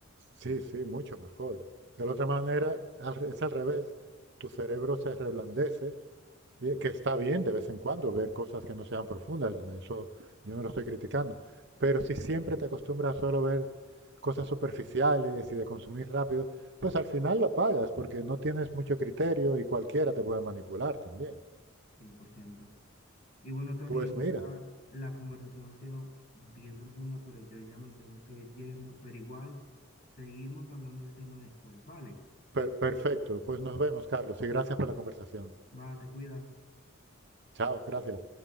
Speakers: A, on the right (about 55°); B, on the left (about 45°).
A: Sí, sí, mucho mejor. De la otra manera, al re- es al revés. Tu cerebro se reblandece, bien, que está bien de vez en cuando ver cosas que no sean profundas. yo Eso yo no lo estoy criticando. Pero si siempre te acostumbras solo a ver cosas superficiales y de consumir rápido, pues al final lo pagas porque no tienes mucho criterio y cualquiera te puede manipular también.
B: cien por ciento Y bueno, Tony,
A: Pues
B: en
A: mira,
B: verdad la conversación ha sido bien profunda, pero yo ya me tengo que ir yendo, pero igual seguimos hablando del tema después, ¿vale?
A: per- perfecto. Pues nos vemos, Carlos, y gracias por la conversación.
B: Va, te cuidas.
A: Chao, gracias.